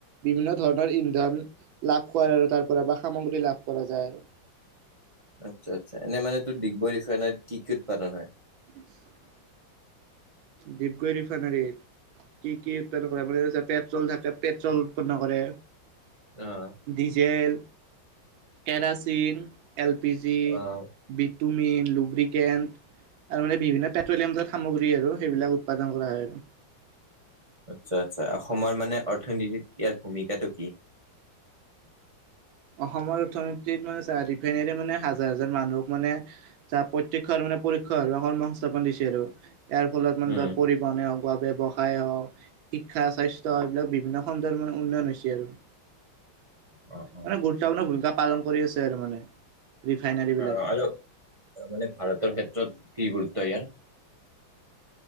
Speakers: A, on the right (about 80°); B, on the right (about 35°).
A: বিভিন্ন ধৰণৰ ইন্ধন লাভ কৰে আৰু তাৰ পৰা বা সামগ্ৰী লাভ কৰা যায় আৰু
B: আচ্ছা, আচ্ছা, এনে মানে তোৰ ডিগবৈ ৰিফাইনাৰীত কি কি উৎপাদন হয়?
A: <inaudible> ডিপগুৈ ৰিফাইনাৰী কি, কি উৎপাদন্ন কৰে মানে পেট্ৰল থাকে, পেট্ৰল উৎপন্ন কৰে
B: অ'
A: diesel kerosene L P G
B: অ'
A: ভটমিন লুব্ৰিকেণ্ট আৰু মানে বিভিন্ন পেট্ৰলিয়ামাত সামগ্ৰী আৰু সেইবিলাক উৎপাদন কৰা হয় আৰু
B: আচ্ছা, আচ্ছা, অসমৰ মানে অৰ্থনীতিত ইয়াৰ ভূমিকাটো কি? <inaudible>
A: অসমৰ অৰ্থনীতিত মানে ৰিফাইনেী মানে হাজাৰ, হাজাৰ মানুহক মানে প্ৰত্যক্ষ মানে কৰ্ম সংস্থাপন দিছে আৰু ইয়াৰ ফলত মানে
B: উম
A: ধৰ পৰিবহনে হৱ সহায় হক শিক্ষা স্বাস্থ্য এইবিলাক বিভিন্ন খন্দৰ মান উন্নয়ন হৈছে আৰু
B: উ,
A: মানে গুৰুত্বপূৰ্ণ ভূমিকা পালন কৰি আছে আৰু মানে ৰিফাইনাৰী বিলাকে
B: আহ, আৰু মানে ভাৰতৰ ক্ষেত্ৰত কি গুৰুত্ব ইয়াৰ।